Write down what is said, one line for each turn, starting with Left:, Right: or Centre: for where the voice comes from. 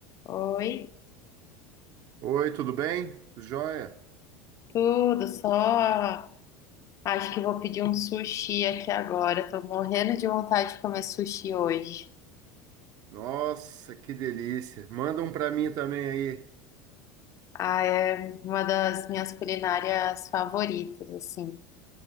Left: Oi,
Right: Oi, tudo bem? Tudo jóia?
Left: tudo só. Acho que vou pedir um sushi aqui agora. Tô morrendo de vontade de comer sushi hoje.
Right: Nossa, que delícia. Manda um para mim também aí.
Left: Ah, é uma das minhas culinárias favoritas, assim.